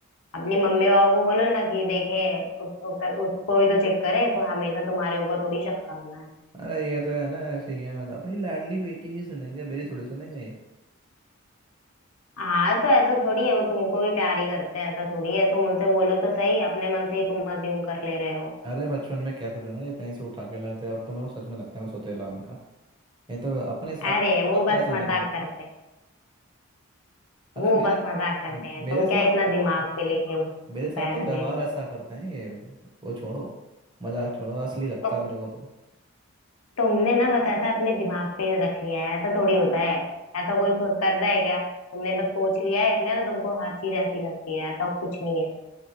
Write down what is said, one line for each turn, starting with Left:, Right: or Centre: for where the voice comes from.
Left: अपनी मम्मी पापा को बोलो ना कि देखें उस, उस, उसको भी तो चेक करें तो हमेशा तुम्हारे ऊपर थोड़ी शक करना है
Right: अरे ये तो है ना ऐसे ही है अपनी लाडली बेटी की सुनेंगे मेरी थोड़ी सुनेंगे
Left: हाँ तो ऐसा थोड़ी है वो तुमको भी प्यार ही करते हैं ऐसा थोड़ी है तुम उनसे बोलो तो सही अपने मन से ही तुम अज्यूम कर ले रहे हो
Right: अरे बचपन में कहते थे ना ये कहीं से उठा के लाए थे अब तो मेरे को सच में लगता है मैं सोतेला हूं इनका नहीं तो अपने अपने साथ
Left: अरे वो
Right: तो
Left: बस
Right: ऐसा
Left: मजाक
Right: नहीं करता
Left: करते हैं
Right: अरे
Left: वो
Right: मेरे
Left: बस मजाक करते हैं तुम
Right: मेरे साथ
Left: क्या इतना दिमाग पे लेके
Right: मेरे साथ
Left: बैठ
Right: तो व्यवहार
Left: गए हो
Right: ऐसा करते हैं ये वो छोड़ो मजाक छोड़ो असली लगता
Left: तो
Right: है मेरे को तो
Left: तुमने ना बस ऐसा अपने दिमाग पे रख लिया है ऐसा थोड़ी होता है ऐसा कोई को- करता है क्या तुमने बस सोच लिया है इसलिए ना तुमको हर चीज ऐसी लगती है ऐसा कुछ नहीं है